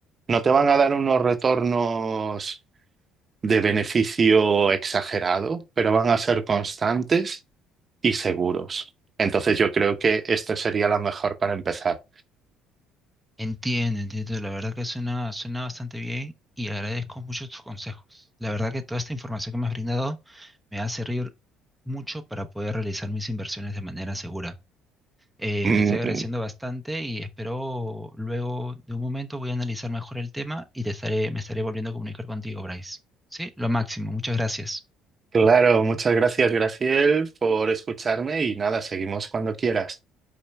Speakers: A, on the right; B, in the centre.
A: No te van a dar unos retornos de beneficio exagerado, pero van a ser constantes y seguros. Entonces yo creo que esto sería la mejor para empezar.
B: Entiendo, entiendo. La verdad que suena, suena bastante bien y agradezco mucho tus consejos. La verdad que toda esta información que me has brindado me hace servir mucho para poder realizar mis inversiones de manera segura. Eh,
A: Mm,
B: te estoy agradeciendo bastante y espero luego de un momento voy a analizar mejor el tema y te estaré, me estaré volviendo a comunicar contigo, Bryce. Sí, lo máximo. Muchas gracias.
A: claro, muchas gracias, Graciel, por escucharme y nada, seguimos cuando quieras.